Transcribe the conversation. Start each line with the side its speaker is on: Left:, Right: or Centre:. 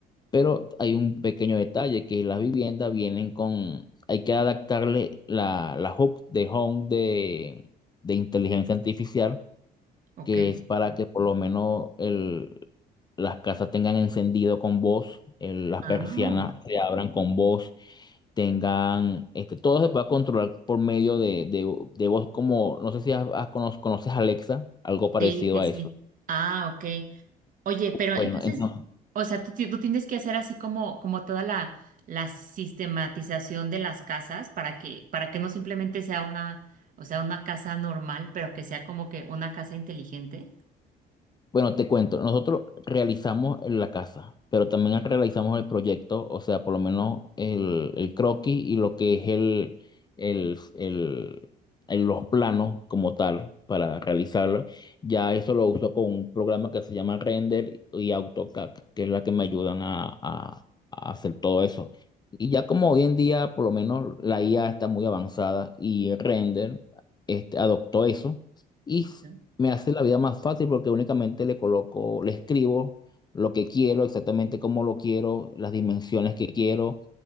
Left: Pero hay un pequeño detalle, que las viviendas vienen con, hay que adaptarle la, la hook de Home de, de inteligencia artificial,
Right: ok.
Left: que es para que por lo menos el, las casas tengan encendido con voz, el- las
Right: Ah,
Left: persianas se abran con voz, tengan, este, todo se puede controlar por medio de, de, de voz como, no sé si has- has cono- conoces Alexa, algo parecido
Right: sí, sí,
Left: a
Right: sí.
Left: eso.
Right: Ah, ok. Oye, pero
Left: Bueno,
Right: entonces,
Left: entonces...
Right: o sea, tú, ti- tú tienes que hacer así como, como toda la, la sistematización de las casas para que, para que no simplemente sea una, o sea, una casa normal, pero que sea como que una casa inteligente.
Left: Bueno, te cuento, nosotros realizamos en la casa, pero también realizamos el proyecto, o sea, por lo menos el, el croquis y lo que es el, el, el- el- los planos como tal para realizarlo. Ya eso lo uso con un programa que se llama Render y AutoCAD, que es la que me ayudan a, a- a hacer todo eso. Y ya como hoy en día, por lo menos la IA está muy avanzada y Render este, adoptó eso. Y
Right: Ok.
Left: me hace la vida más fácil porque únicamente le coloco, le escribo lo que quiero, exactamente cómo lo quiero, las dimensiones que quiero